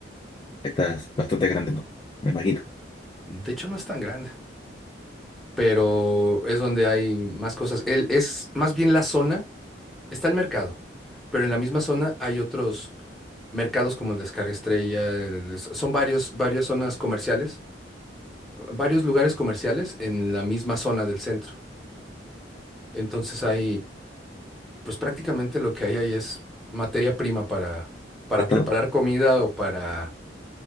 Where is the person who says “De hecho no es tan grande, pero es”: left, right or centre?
Centre